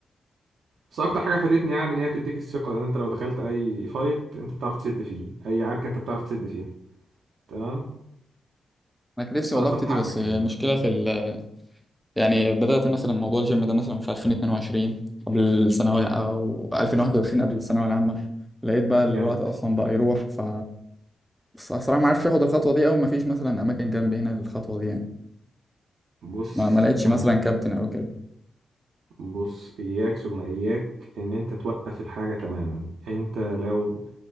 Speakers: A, on the right; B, in the centre.
A: بس اكتر حاجه فادتني يعني ان هي بتديك الثقه ان انت لو دخلت اي فايت انت بتعرف تسد فيه اي عركه انت بتعرف تسد فيها تمام
B: انا كان نفسي
A: بتعرف
B: والله ابتدي
A: تاخد حقك
B: بس المشكله
A: يعني
B: في ال يعني بدأت مثلا موضوع الجيم ده مثلا في 2022 قبل الثانوية
A: مم.
B: أو 2021 قبل الثانوية العامة لقيت بقى الوقت
A: جامد
B: أصلا بقى يروح ف بس الصراحة ما عرفش آخد الخطوة دي أو ما فيش مثلا أماكن جنبي هنا للخطوة دي يعني
A: بص
B: ما, ما لقيتش مثلا
A: انا
B: كابتن أو كده
A: بص اياك ثم اياك ان انت توقف الحاجه تماما انت لو